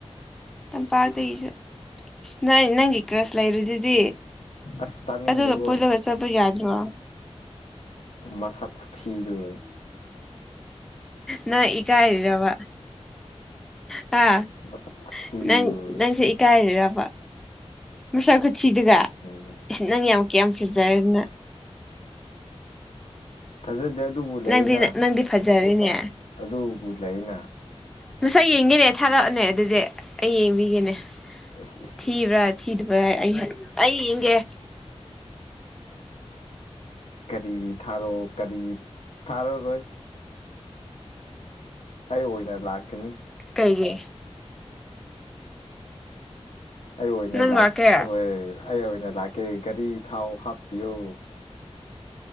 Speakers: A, in the centre; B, on the left.
A: ꯇꯝꯄꯥꯛꯇꯒꯤꯁꯨ ꯅ ꯅꯪꯒꯤ ꯀ꯭ꯔꯁ ꯂꯩꯕꯗꯨꯗꯤ
B: ꯑꯁ ꯇꯥꯅꯤꯡꯗꯦꯀꯣ
A: ꯑꯗꯨꯒ ꯄꯨꯜꯂꯒ ꯆꯠꯄ ꯌꯥꯗ꯭ꯔꯣ?
B: ꯃꯁꯛ ꯈꯨꯊꯤꯗꯨꯒ
A: ꯅꯣꯏ ꯏꯀꯥꯏꯔꯤꯔꯕꯥ? ꯍꯥ
B: ꯃꯁꯛ ꯈꯨꯊꯤꯗꯨꯒ
A: ꯅꯪ ꯅꯪꯁꯦ ꯏ ꯀꯥꯏꯔꯤꯔꯕ ꯃꯁꯛ ꯈꯨꯊꯤꯗꯨꯒ
B: ꯎꯝ
A: ꯅꯪ ꯌꯥꯝ ꯀꯌꯥꯝ ꯌꯥꯝ ꯐꯖꯔꯦꯅ꯫
B: ꯐꯖꯗꯦ ꯑꯗꯨꯕꯨ ꯂꯩꯅ
A: ꯅꯪꯗꯤ ꯅꯪꯗꯤ ꯐꯖꯔꯦꯅꯦ
B: ꯑꯗꯨꯕꯨ ꯂꯩꯅ
A: ꯃꯁꯛ ꯌꯦꯡꯒꯦꯅꯦ ꯊꯥꯔꯛꯑꯣꯅꯦ ꯑꯗꯨꯗꯤ ꯑꯩ ꯌꯦꯡꯕꯤꯒꯦꯅꯦ
B: ꯏꯁ ꯏꯁ
A: ꯊꯤꯕ꯭ꯔꯥ
B: ꯏꯁ
A: ꯊꯤꯗꯕ꯭ꯔ ꯑꯩ ꯑꯩ ꯌꯦꯡꯒꯦ
B: ꯀꯔꯤ ꯊꯥꯔꯛꯑꯣ ꯀꯔꯤ ꯊꯥꯔꯔꯣꯏ꯫ ꯑꯩ ꯑꯣꯏꯅ ꯂꯥꯛꯀꯅꯤ꯫
A: ꯀꯩꯒꯤ?
B: ꯑꯩ ꯑꯣꯏꯅ
A: ꯅꯪ
B: ꯂꯥꯛ
A: ꯂꯥꯛꯀꯦ
B: ꯍꯣꯏ ꯑꯩ ꯑꯣꯏꯅ ꯂꯥꯛꯀꯦ ꯒꯥꯔꯤ ꯊꯥꯎ ꯍꯥꯞꯄꯤꯌꯨ꯫